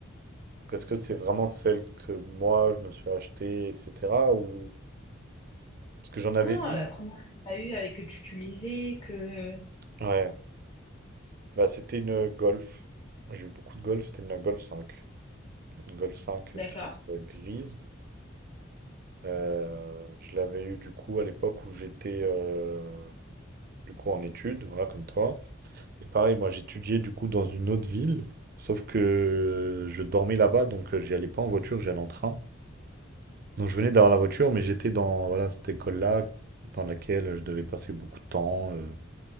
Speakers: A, on the right (about 50°); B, on the left (about 30°).
A: Est-ce que c'est vraiment celle que moi, je me suis achetée, etc. ou... Parce que j'en avais
B: Non,
A: une.
B: la première que t'as eue avec que tu utilisais, que
A: Ouais, bah, c'était une Golf. J'ai eu beaucoup de Golf, c'était une Golf 5. Une Golf 5
B: d'accord.
A: euh, qui était euh, grise. Euh, je l'avais eu du coup à l'époque où j'étais euh, du coup en études, voilà, comme toi. Et pareil, moi j'étudiais du coup dans une autre ville, sauf que je dormais là-bas, donc euh, j'y allais pas en voiture, j'y allais en train. Donc je venais d'avoir la voiture, mais j'étais dans voilà, cette école-là, dans laquelle euh, je devais passer beaucoup de temps. euh.